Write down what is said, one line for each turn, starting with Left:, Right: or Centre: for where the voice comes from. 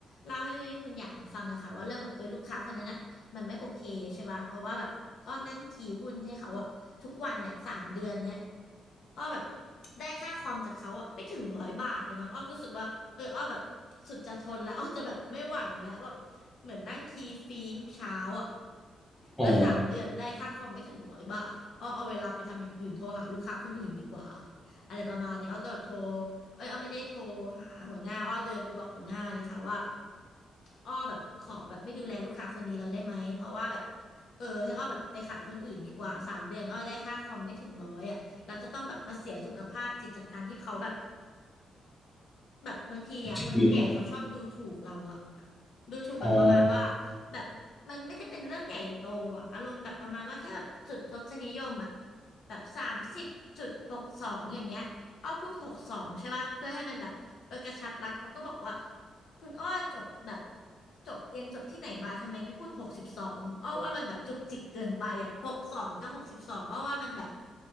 Left: เล่าให้คุณหยางฟังอะค่ะว่าเรื่องแบบเออลูกค้าคนนั้นอะมันไม่โอเคใช่ป่ะเพราะว่าแบบอ้อนั่งขี่หุ้นให้เขาอะ ทุกวันเนี่ยสามเดือนเนี้ยอ้อแบบได้ค่าคอมจากเขาอะไม่ถึงร้อยบาทเลยมั้งอ้อก็รู้สึกว่าเอออ้อแบบสุดจะทนแล้วอ้อจะแบบไม่ไหวแล้วแบบเหมือนนั่งคีย์ฟรีทุกเช้าอะ
Centre: อ๋อ
Left: และสามเดือนได้ค่าคอมไม่ถึงร้อยบาทอะอ้อเอาเวลาไปทำอย่างอื่นโทรหาลูกค้าคนอื่นดีกว่าอะไรประมาณเนี้ยอ้อก็แบบโทรเอ้ยอ้อไม่ได้โทรหาหัวหน้าอ้อเดินไปบอกหัวหน้าเลยค่ะว่าอ้อแบบขอแบบไม่ดูแลลูกค้าคนนี้เราได้ไหมเพราะว่าแบบเออให้อ้อแบบไปขายคนอื่นดีกว่าสามเดือนอ้อได้ค่าคอมไม่ถึงร้อยอ่ะเราจะต้องแบบมาเสียสุขภาพจิตจากการที่เขาแบบ แบบบางทีอ่ะคนแก่เขาชอบดูถูกเราอะ
Centre: ที่เดียว
Left: ดูถูกแบบประมาณว่า
Centre: อ๋อ
Left: แบบมันไม่ได้เป็นเรื่องใหญ่โตอะอารมณ์แบบประมาณว่าแค่แบบจุดทศนิยมอะแบบสามสิบจุดหกสองอย่างเงี้ยอ้อพูดหกสองใช่ป่ะเพื่อให้มันแบบเออกระชัดรัดเขาก็บอกว่าคุณอ้อจบแบบจบเรียนจบที่ไหนมาทำไมไม่พูดหกสิบสองอ้อว่ามันแบบจุกจิกเกินไปอะหกสองกับหกสิบสองอ้อว่ามันแบบ